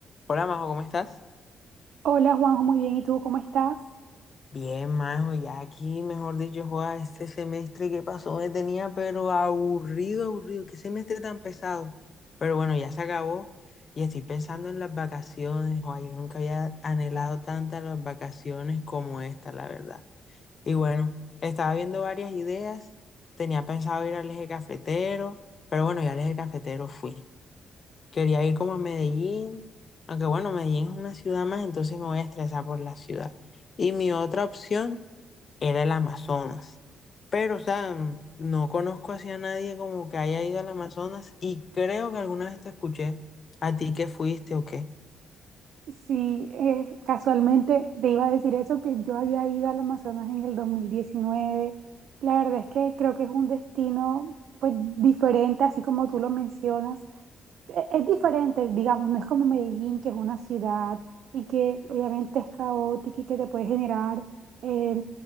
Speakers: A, on the left; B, on the right.
A: Hola Majo, ¿cómo estás?
B: Hola Juanjo, muy bien. ¿Y tú cómo estás?
A: Bien, Majo, ya aquí, mejor dicho, joda, este semestre que pasó me tenía pero aburrido, aburrido, qué semestre tan pesado. Pero bueno, ya se acabó y estoy pensando en las vacaciones, joda, yo nunca había anhelado tantas las vacaciones como esta, la verdad. Y bueno, estaba viendo varias ideas, tenía pensado ir al eje cafetero, pero bueno, ya al eje cafetero fui. Quería ir como a Medellín, aunque bueno, Medellín es una ciudad más, entonces me voy a estresar por la ciudad. Y mi otra opción era el Amazonas. Pero, o sea, mm, no conozco así a nadie como que haya ido al Amazonas y creo que alguna vez te escuché a ti que fuiste o qué.
B: Sí, eh, casualmente te iba a decir eso, que yo había ido al Amazonas en el 2019. La verdad es que creo que es un destino pues diferente, así como tú lo mencionas. e- Es diferente, digamos, no es como Medellín, que es una ciudad y que obviamente es caótica y que te puede generar eh,